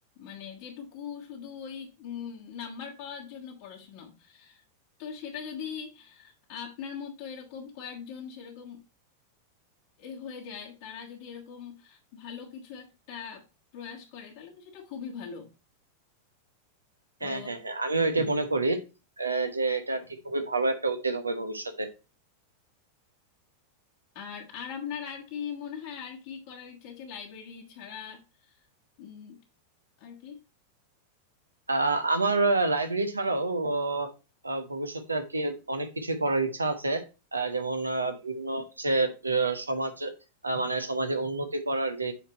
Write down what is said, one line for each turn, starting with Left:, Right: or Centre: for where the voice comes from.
Left: মানে যেটুকু শুধু ওই উম, নাম্বার পাওয়ার জন্য পড়াশুনো তো সেটা যদি আপনার মতো এরকম কয়েকজন সেরকম এ হয়ে যায় তারা যদি এরকম ভালো কিছু একটা প্রয়াস করে তাহলে তো সেটা খুবই ভালো তো
Right: হ্যাঁ হ্যাঁ হ্যাঁ আমিও এটা মনে করি আহ, যে এটা আর কি খুবই ভালো একটা উদ্যোগ হবে ভবিষ্যতে
Left: আর আর আপনার আর কি মনে হয় আর কি করার ইচ্ছা আছে লাইব্রেরি ছাড়া উম, আর কি
Right: আহ, আমার লাইব্রেরি ছাড়াও আহ, আহ, ভবিষ্যতে আর কি অনেক কিছু করার ইচ্ছা আছে আহ, যেমন আহ, বিভিন্ন হচ্ছে আহ, সমাজ আহ, মানে সমাজে উন্নতি করার যে